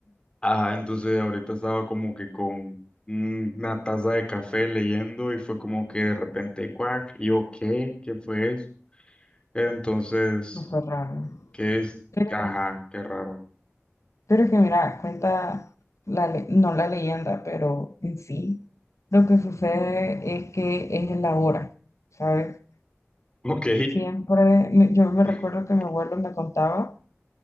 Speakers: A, on the left; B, on the left.
A: Ajá, entonces ahorita estaba como que con una taza de café leyendo y fue como que de repente, cuac, y yo, ¿qué? ¿Qué fue eso? Entonces,
B: <laughs> Súper raro.
A: ¿qué es?
B: Pero,
A: Ajá, qué raro.
B: pero es que mira, cuenta, la le- no la leyenda, pero en sí, lo que sucede es que es en la hora, ¿sabes?
A: Ok.
B: Siempre, me- yo me recuerdo
A: <laughs>
B: que mi abuelo me contaba